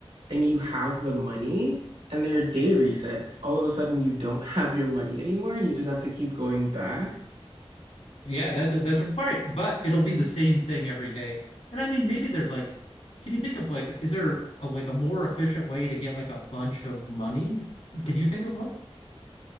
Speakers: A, on the right; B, on the left.
A: and you have the money and their day resets, all of a sudden you don't <laughs> have your money anymore and you just have to keep going back
B: Yeah, that's it. That's right. But it'll be the same thing every day. And I mean, maybe there's like, can you think of like, is there a, like a more efficient way to get like a bunch of money? Can you think of one?